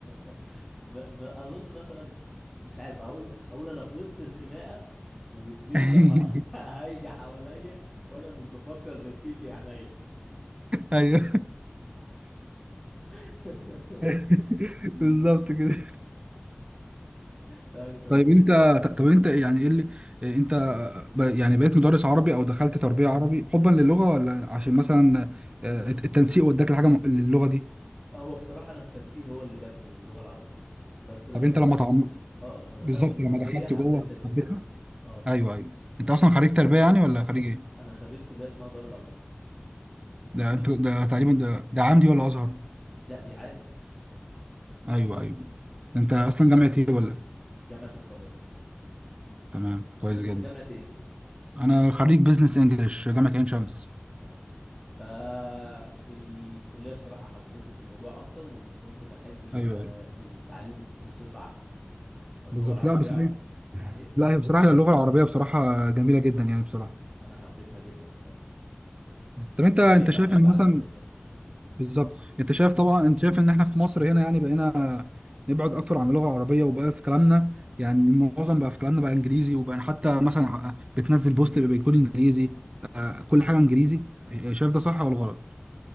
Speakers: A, in the centre; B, on the right (about 25°).
A: <laughs> ما ما اظن مثلا مش عارف اقول اقول انا في وسط الخناقة والدنيا
B: <laughs>
A: ه- <laughs> هايجة حواليا وانا مش بفكر غير فيك يا عينيا
B: ايوه
A: <laughs>
B: <laughs> بالظبط كده
A: طيب تمام
B: طيب
A: نجم
B: انت طب انت يعني ايه اللي اه، انت ب- يعني بقيت مدرس عربي او دخلت تربية عربي حبا للغة ولا عشان مثلا آه، التنسيق وداك لحاجة م- للغة دي
A: هو بصراحة أنا التنسيق هو اللي جابني للغة العربية بس لما
B: طب انت
A: دخلت
B: لما تعمق
A: اه لما دخلت
B: بالظبط
A: الكلية
B: لما دخلت
A: حبيتها
B: جوه
A: جدا
B: حبيتها
A: اه طبعا
B: ايوه ايوه انت اصلا خريج تربية يعني ولا خريج ايه
A: أنا خريج كلية اسمها دار العلوم
B: ده انت ده تقريبا ده, ده عمدي ولا ازهر
A: لا دي عام
B: ايوه ايوه ده انت اصلا جامعة ايه ولا
A: جامعة القاهرة
B: تمام كويس
A: أنت كنت
B: جدا
A: جامعة إيه؟
B: انا خريج بزنس انجلش جامعة عين شمس
A: اه فالكلية بصراحة حببتني في الموضوع أكتر وكنت بحب ال-
B: ايوه ايوه
A: التعليم بصفة عامة فاللغة
B: بالظبط
A: العربية
B: لا بس
A: عم...
B: ايه
A: إيه؟
B: لا هي بصراحة اللغة العربية بصراحة جميلة جدا يعني بصراحة
A: أنا حبيتها جدا بصراحة وبقيت
B: طب انت انت شايف
A: أحب
B: ان
A: أعلمها
B: مثلا
A: للناس
B: بالظبط انت شايف طبعا انت شايف ان احنا في مصر هنا يعني بقينا نبعد اكتر عن اللغه العربيه وبقى في كلامنا يعني معظم بقى في كلامنا بقى انجليزي وبقى حتى مثلا بتنزل بوست بيكون انجليزي آه، كل حاجه انجليزي شايف ده صح ولا غلط؟